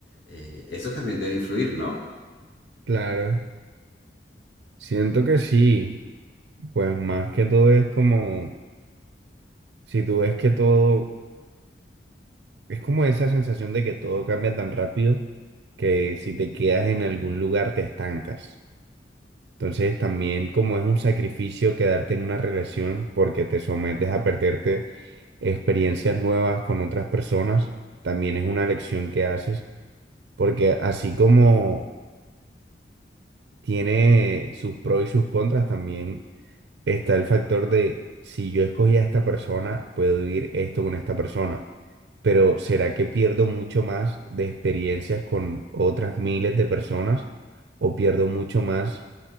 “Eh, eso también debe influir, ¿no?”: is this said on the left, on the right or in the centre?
Left